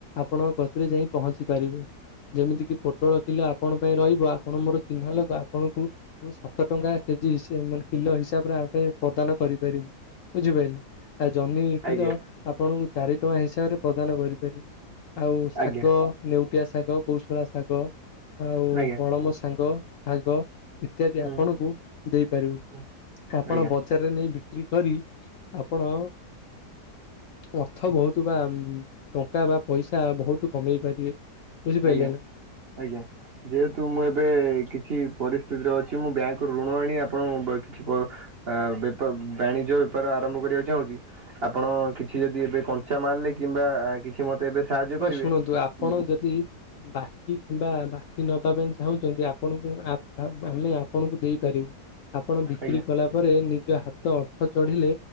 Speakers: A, on the left; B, on the right.
A: ଆପଣଙ୍କ କତିରେ ଯାଇ ପହଞ୍ଚି ପାରିବେ। ଯେମିତି କିି ପୋଟଳ କିଲୋ ଆପଣ ପାଇଁ ରହିବ ଆପଣ ମୋର ଚିହ୍ନା ଲୋକ ଆପଣଙ୍କୁ ସାତ ଟଙ୍କା କେଜି ସେ ମାନେ କିଲୋ ହିସାବରେ ଆମେ ପ୍ରଦାନ କରିପାରିବୁ ବୁଝିପାଇଲେ। ଆଁ ଜହ୍ନି କିଲୋ
B: ଆଜ୍ଞା
A: ଆପଣଙ୍କୁ ଚାରି ଟଙ୍କା ହିସାବରେ ପ୍ରଦାନ କରିପାରିବୁ। ଆଉ ଶାଗ
B: ଆଜ୍ଞା
A: ନେଉଟିଆ, ଶାଗ କୌଶଳା ଶାଗ ଆଉ
B: ଆଜ୍ଞା
A: କଳମ ଶାଗ ଶାଗ ଇତ୍ୟାଦି
B: ହୁଁ
A: ଆପଣଙ୍କୁ ଦେଇପାରିବୁ
B: ହୁଁ
A: ଆପଣ
B: ଆଜ୍ଞା
A: ବଜାରରେ ନେଇ ବିକ୍ରି କରି ଆପଣ ଅର୍ଥ ବହୁତ ବା ଟଙ୍କା ବା ପଇସା ବହୁତ କମେଇ ପାରିବେ ବୁଝିପାରିଲେ
B: ଆଜ୍ଞା
A: ନା।
B: ଆଜ୍ଞା ଯେହେତୁ ମୁଁ ଏବେ କିଛି ପରିସ୍ଥିତିରେ ଅଛି ମୁଁ ବ୍ୟାଙ୍କରୁୁ ଋଣ ଆଣି ଆପଣ କିଛି ଆ ବେପ ବାଣିଜ୍ୟ ବେପାର ଆରମ୍ଭ କରିବାକୁ ଚାହୁଁଛି। ଆପଣ କିଛି ଯଦି ଏବେ କଞ୍ଚା ମାଲ୍ ନେଇ କିମ୍ବା କିଛି ମତେ ଏବେ ସାହାଯ୍ୟ
A: ହଁ
B: କରିବେ
A: ଶୁଣନ୍ତୁ ଆପଣ
B: ଉଁ,
A: ଯଦି ବାକି କିମ୍ବା ବାକି ନବା ପାଇଁ ଚାହୁଁଛନ୍ତି ଆପଣଙ୍କୁ <unintelligible> ହେଲା। ଆପଣଙ୍କୁ ଦେଇପାରିବୁ। ଆପଣ ବିକ୍ରି
B: ଆଜ୍ଞା
A: କଲା ପରେ ନିଜ ହାତ ଅର୍ଥ ଚଢିଲେ